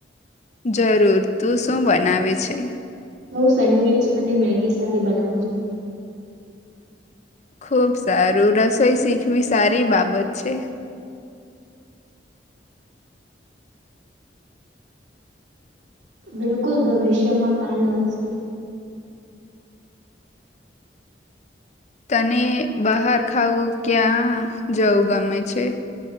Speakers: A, on the left; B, on the right.
A: જરૂર તું શું બનાવે છે.
B: હું સેન્ડવિચ અને મેગી સારી બનાવું છું.
A: ખૂબ સારું રસોઈ શીખવી સારી બા બત છે.
B: બિલકુલ ભવિષ્યમાં કામ લાગશે
A: તને બહાર ખાવું ક્યાં જવું ગમે છે.